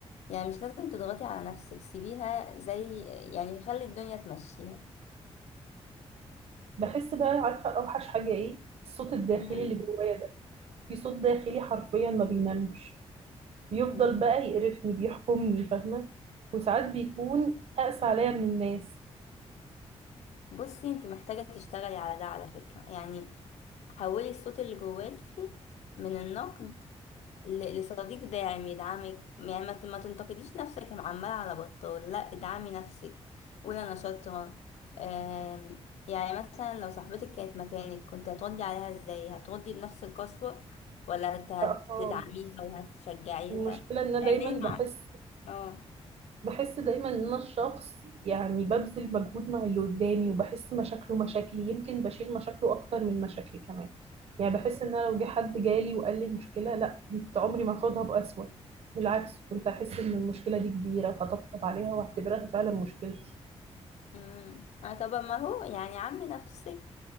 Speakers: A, on the left (about 85°); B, on the right (about 65°).
A: يعني مش لازم تضغطي على نفسك سيبيها زي يعني خلي الدنيا تمشيها
B: بحس بقى عارفة اوحش حاجة ايه الصوت الداخلي
A: مم.
B: اللي جوايا ده في صوت داخلي حرفيا ما بينامش بيفضل
A: مم.
B: بقى يقرفني بيحكمني فاهمة وساعات بيكون أقسى عليا من الناس
A: بصي انت محتاجة تشتغلي على ده على فكرة يعني حولي الصوت اللي جواكي من النقد ل- لصديق داعم يدعمك يعني ما ت- ما تنتقديش نفسك عمال على بطال لا ادعمي نفسك قولي انا شاطره آم، يعني مثلا لو صاحبتك كانت مكانك كنت هتردي عليها ازاي هتردي بنفس القسوه ولا هت- هتدعميها
B: لا خالص
A: وهتشجعيها
B: المشكلة إن أنا
A: اعملي
B: دايما بحس
A: مع اه
B: بحس دايما إن أنا الشخص يعني ببذل مجهود مع اللي قدامي وبحس مشاكله مشاكلي يمكن بشيل مشاكله أكتر من مشاكلي كمان يعني بحس إن أنا لو جه حد جالي وقال لي مشكلة لا كنت عمري ما هاخدها بأسوأ بالعكس كنت أحس إن المشكلة دي كبيرة وهطبطب عليها وأعتبرها فعلا مشكلتي
A: امم اه طب ما هو يعني عاملي نفسك